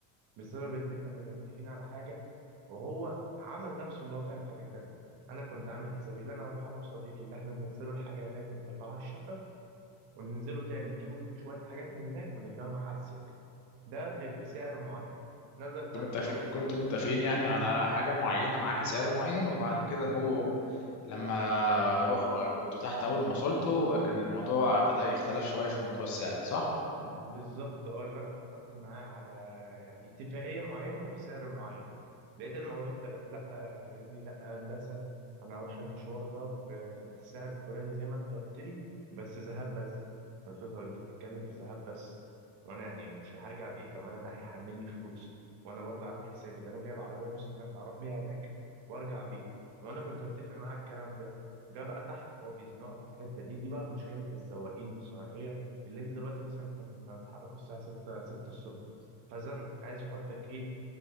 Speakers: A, on the right (about 55°); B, on the left (about 40°).
A: بسبب ان احنا كنا متفقين على حاجه وهو عمل نفسه اللي هو فاهم حاجه تانية انا كنت عامل حسابي اللي انا هروح انا وصديقي اللي احنا ننزله الحاجه هناك ونطلعه الشقه وننزله تاني نجيبه من شويه حاجات من هناك ونرجعه معاه على السكه ده ب- بسعر معين نزل تحت
B: كنتوا متفق...
A: اول حاجه
B: كنتوا متفقين يعني على حاجه معينه معاه كسعر معين وبعد كده هو لما روح كنتوا تحت اول ما وصلتوا كان الموضوع بدأ يختلف شويه في موضوع السعر ده صح
A: بالظبط اه اللي انا اتفقت معاه على يعني اتفاقيه معينه وبسعر معين لقيت الموضوع اختلف لا آه، يقول لي لا يا هندسه انا هروح المشوار ده ب- بالسعر الفلاني زي ما انت قلت لي بس ذهاب بس قلت له طب انت بتتكلم في ذهاب بس وانا يعني مش هرجع بايه طب ما انا ده هيحمل لي فلوس وانا برضه عامل حسابي اللي انا جايب عربيه نص نقل اروح بيها هناك وارجع بيها وانا كنت متفق معاه على الكلام ده جه بقى تحت هو بيزنقك في الحته دي دي بقى مشكله السواقين والصناعيه اللي انت دلوقتي مثلا احنا كنا بنتحركوا الساعه 6 6 الصبح فزنقك عايز احطك ايه